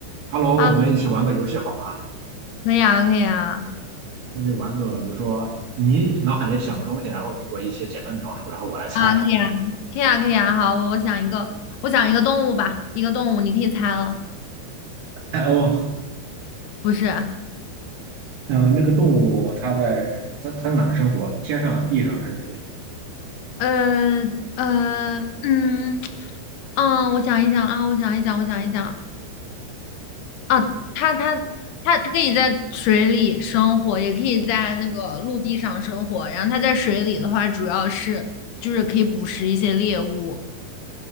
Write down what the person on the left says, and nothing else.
啊，
可以啊，可以啊，
啊，可以啊，可以啊，可以啊。好，我我想一个，我想一个动物吧，一个动物，你可以猜了，
不是？
呃呃，嗯嗯，我想一想啊，我想一想，我想一想啊，它它它它可以在水里生活，也可以在那个陆地上生活。然后它在水里的话，主要是就是可以捕食一些猎物，